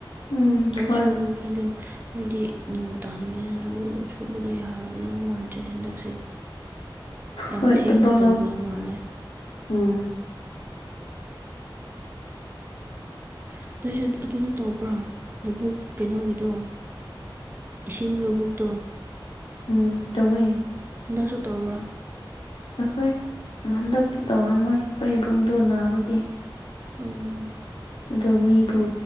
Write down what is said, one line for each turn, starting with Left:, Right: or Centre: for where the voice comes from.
Left: ꯎꯝ
Right: ꯂꯧ
Left: ꯍꯣꯏ
Right: ꯁꯨꯕ ꯃꯤꯗꯣ - ꯃꯣꯏꯗꯤ ꯅꯣꯡ ꯇꯥꯗꯕꯅꯤꯅ ꯂꯧ ꯁꯨꯕꯗꯣ ꯌꯥꯔꯒꯗꯕ ꯃꯥꯟꯗ꯭ꯔꯦ ꯍꯟꯗꯛꯁꯦ꯫ ꯌꯥꯝ
Left: ꯍꯣꯏ
Right: ꯊꯦꯡꯅ
Left: ꯇꯝꯄꯥꯛ
Right: ꯇꯧꯒꯗꯕ
Left: ꯂꯧ
Right: ꯃꯥꯜꯂꯦ
Left: ꯎꯝ
Right: ꯑꯁ ꯅꯣꯏꯁꯨ ꯑꯗꯨꯗꯣ ꯇꯧꯕ꯭ꯔꯣ ꯂꯧꯕꯨꯛ ꯀꯩꯅꯣꯒꯤꯗꯣ? ꯏꯁꯤꯡ ꯂꯧꯕꯨꯛꯇꯣ
Left: ꯎꯝ ꯇꯧꯋꯦ꫰
Right: ꯍꯟꯗꯛꯁꯨ ꯇꯧꯕ꯭ꯔꯥ?
Left: ꯑꯈꯣꯏ ꯍꯟꯗꯛꯇꯤ ꯇꯧꯔꯝꯃꯣꯏ ꯑꯩꯈꯣꯏ ꯏꯕꯨꯡꯗꯣ ꯅꯥꯕꯒꯤ꯫
Right: ꯎꯝ꫰
Left: ꯑꯗꯣ ꯃꯤꯕꯨ